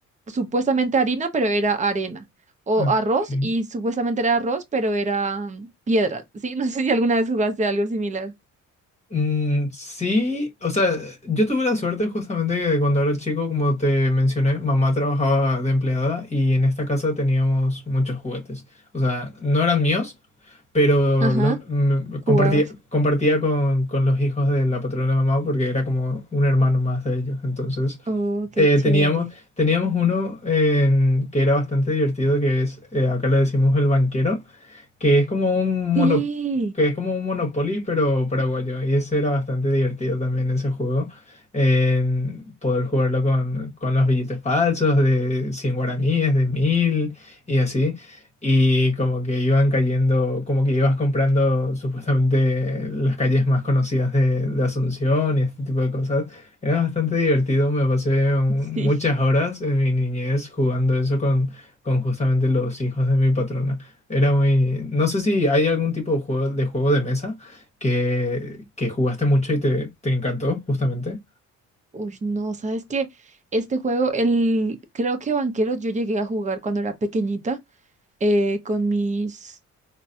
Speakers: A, on the right; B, on the left.
A: supuestamente harina, pero era arena. O
B: Okay.
A: arroz y supuestamente era arroz, pero era mm, piedra. Sí, <laughs> no sé si alguna vez jugaste algo similar.
B: Mm, sí, o sea, yo tuve la suerte justamente que cuando era chico, como te mencioné, mamá trabajaba de empleada y en esta casa teníamos muchos juguetes. O sea, no eran míos, pero
A: Ajá,
B: los mm,
A: jugabas.
B: compartía, compartía con, con los hijos de la patrona de mamá porque era como un hermano más de ellos. Entonces,
A: Oh, qué
B: eh,
A: chévere.
B: teníamos, teníamos uno en- que era bastante divertido, que es, eh, acá le decimos el banquero que es como un mono,
A: Sí,
B: que es como un Monopoly, pero paraguayo. Y ese era bastante divertido también ese juego. En poder jugarlo con, con los billetes falsos de 100 guaraníes, de 1000 y así. Y como que iban cayendo, como que ibas comprando supuestamente las calles más conocidas de, de Asunción y este tipo de cosas. Era bastante divertido, me pasé un-
A: sí.
B: muchas horas en mi niñez jugando eso con, con justamente los hijos de mi patrona. Era muy... No sé si hay algún tipo de juego de, juego de mesa que, que jugaste mucho y te, te encantó, justamente.
A: Uy, no, ¿sabes qué? Este juego, el, creo que Banqueros yo llegué a jugar cuando era pequeñita eh, con mis